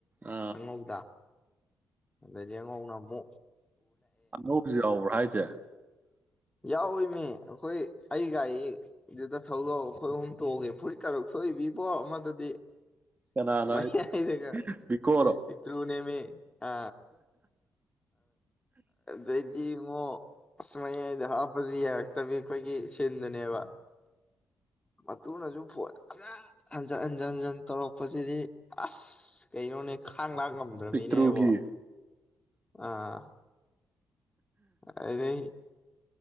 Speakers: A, on the right (about 25°); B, on the left (about 20°).
A: ꯑꯥ
B: ꯑꯉꯧꯗ ꯑꯗꯤ ꯑꯉꯧꯅꯃꯣ
A: ꯑꯉꯧꯕꯁꯨ ꯌꯥꯎꯕ꯭ꯔꯥ ꯍꯥꯏꯁꯦ
B: ꯌꯥꯎꯋꯏꯅꯦ ꯑꯩꯈꯣꯏ ꯑꯩ ꯒꯥꯔꯤ ꯗ ꯊꯧꯖꯥꯎ ꯑꯩꯈꯣꯏ ꯑꯍ ꯇꯣꯡ ꯒꯦ ꯐꯨꯔꯤꯠ ꯔ ꯐꯣꯏꯕꯤ ꯏꯕꯣ ꯑꯃꯗꯨꯗꯤ
A: ꯀꯅꯥꯅ
B: ꯃꯌꯥ ꯍꯥꯏꯗꯒ
A: ꯕꯤꯀꯣꯔꯣ
B: ꯄꯤꯛꯇ꯭ꯔꯨ ꯅꯦꯝꯃꯤ ꯑ ꯑꯩꯗꯤ ꯃꯁꯃ ꯍꯥꯞꯄꯁꯨ ꯌꯥꯔꯛꯇꯕꯤ ꯑꯩꯈꯣꯏꯒꯤ ꯁꯤꯟꯗꯨꯅꯦꯕ ꯃꯇꯨꯡꯨꯅꯁꯨ ꯐꯖꯅ ꯍꯟꯖꯟ ꯍꯟꯖꯤꯟ ꯍꯟꯖꯤꯟ ꯇꯧꯔꯛꯄꯁꯤꯗꯤ ꯑꯁ ꯀꯩꯅꯣꯅꯦ ꯊꯥꯡ ꯂꯥꯡ ꯉꯝꯗ꯭ꯔꯕꯃꯤꯅꯦꯕꯣ
A: ꯄꯤꯛꯇ꯭ꯔꯨꯒꯤ
B: ꯑꯥ ꯑꯗꯨꯗꯤ